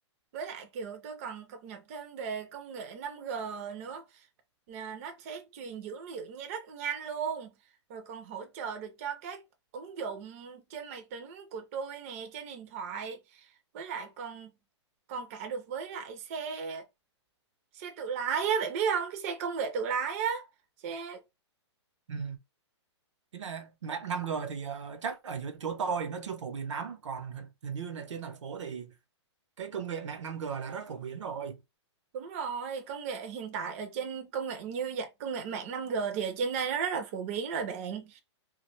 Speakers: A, on the right (about 30°); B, on the right (about 80°).
A: Với lại kiểu tôi còn cập nhật thêm về công nghệ 5G nữa Nè, nó sẽ truyền dữ liệu nha rất nhanh luôn rồi còn hỗ trợ được cho các ứng dụng trên máy tính của tôi nè trên điện thoại với lại còn còn cả được với lại xe xe tự lái á bạn biết không cái xe công nghệ tự lái á xe
B: ừ. ý là mạng 5G thì ờ, chắc ở dưới chỗ tôi thì nó chưa phổ biến lắm còn hình hình như là trên thành phố thì cái công nghệ mạng 5G là rất phổ biến rồi
A: đúng rồi công nghệ hiện tại ở trên công nghệ như vậy công nghệ mạng 5G thì ở trên đây nó rất là phổ biến rồi bạn